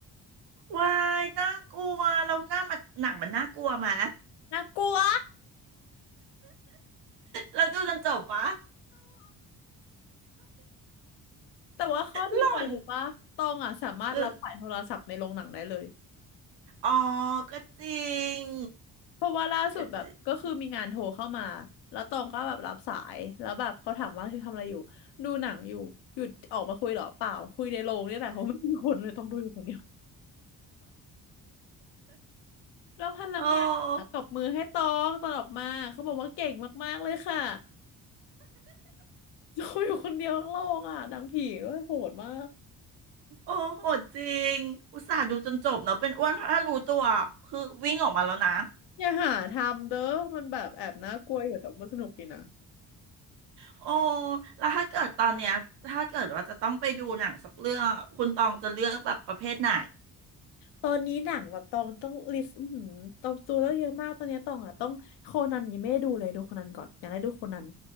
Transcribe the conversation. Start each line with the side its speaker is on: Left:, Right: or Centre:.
Right: วายน่ากลัวเราหน้ามันหนังมันน่ากลัวไหม
Left: น่ากลัว
Right: เราดูจนจบปะ
Left: แต่ว่าข้อดีเคยรู้ปะตองอ่ะสามารถรับสายโทรศัพท์ในโรงหนังได้เลย
Right: หล่อนคืออ๋อก็จริง
Left: เพราะว่าล่าสุดแบบก็คือมีงานโทรเข้ามาแล้วตองก็แบบรับสายแล้วแบบเขาถามว่าคือทำอะไรอยู่ดูหนังอยู่หยุดออกมาคุยเหรอเปล่าคุยในโรงนี่แหละเพราะไม่มีคนเลยต้องดูอยู่คนเดียว
Right: ก็จริง
Left: <laughs> แล้วพนักงานอะตบมือให้ตองตอนออกมาเขาบอกว่าเก่งมากๆเลยค่ะ
Right: โอ้
Left: <laughs> คุยอยู่คนเดียวทั้งโรงอ่ะหนังผีด้วยโหดมาก
Right: โอ้โหดจริงอุตส่าห์ดูจนจบเนาะเป็นอ้วนเพราะถ้ารู้ตัวคือวิ่งออกมาแล้วนะ
Left: อย่าหาทำเด้อมันแบบแอบน่ากลัวอยู่แต่มันสนุกดีนะ
Right: โอ้แล้วถ้าเกิดตอนเนี้ยถ้าเกิดว่าจะต้องไปดูหนังสักเรื่องอะคุณตองจะเลือกแบบประเภทไหน
Left: ตอนนี้หนังแบบตองต้องลิสต์อือหือตองตัวเลือกเยอะมากตอนนี้ตองอ่ะต้องโคนันยังไม่ได้ดูเลยดูโคนันก่อนอยากได้ดูโคนัน